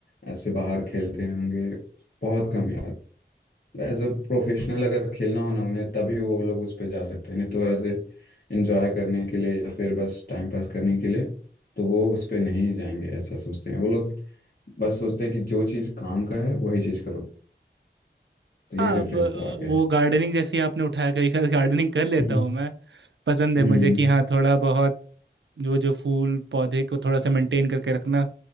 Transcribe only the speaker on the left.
ऐसे बाहर खेलते होंगे बहुत कम यार एज अ प्रोफेशनल अगर खेलना हो ना उन्हें तभी वो लोग उस पे जा सकते हैं नहीं तो ऐसे एंजॉय करने के लिए या फिर बस टाइम पास करने के लिए तो वो उस पे नहीं जाएंगे ऐसा सोचते हैं वो लोग बस सोचते हैं कि जो चीज़ काम का है वही चीज़ करो तो यही
डिफरेंस
तो आ गया
है
हम्म
हम्म,